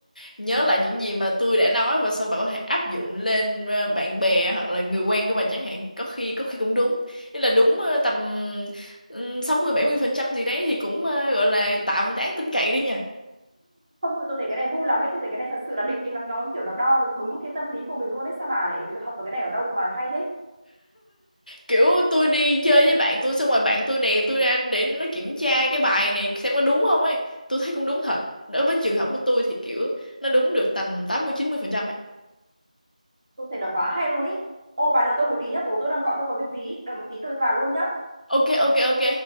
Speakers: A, on the left; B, on the right.
A: nhớ lại những gì mà tôi đã nói và sau bà có thể áp dụng lên ờ, bạn bè hoặc là người quen của bà chẳng hạn có khi có khi cũng đúng ý là đúng ờ, tầm ừ, sáu mươi bảy mươi phần trăm gì đấy thì cũng ờ, gọi là tạm đáng tin cậy đi nha
B: không tôi thấy cái này vui lắm ấy tôi thấy cái này thật sự là đỉnh ấy nó nó kiểu nó đo được đúng cái tâm lý của mình luôn ấy sao bà lại học được cái này ở đâu mà hay thế
A: kiểu tôi đi chơi với bạn tôi xong rồi bạn tôi đè tôi ra để nó kiểm tra cái bài này xem có đúng không ấy tôi thấy cũng đúng thật đối với trường hợp của tôi thì kiểu nó đúng được tầm tám mươi chín mươi phần trăm ấy
B: tôi thấy nó quá hay luôn ý ô bà đợi tôi một tí nhá bố tôi đang gọi tôi có việc gì ý. đợi một tí tôi vào luôn nhá
A: ok ok ok